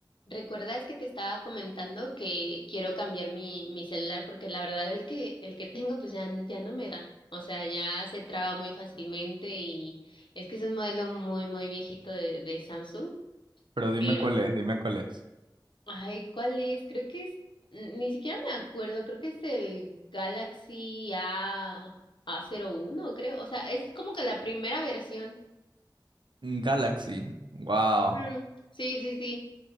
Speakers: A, on the left (about 90°); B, on the right (about 80°).
A: ¿Recuerdas que te estaba comentando que quiero cambiar mi, mi celular? Porque la verdad el que, el que tengo pues ya, ya no me da. O sea, ya se traba muy fácilmente y es que es un modelo muy, muy viejito de, de Samsung.
B: Pero dime
A: Pero,
B: cuál es, dime cuál es.
A: ay, ¿cuál es? Creo que es, n- ni siquiera me acuerdo, creo que es el Galaxy A, a uno creo. O sea, es como que la primera versión.
B: Mm, Galaxy. Wow.
A: Mm, sí, sí, sí.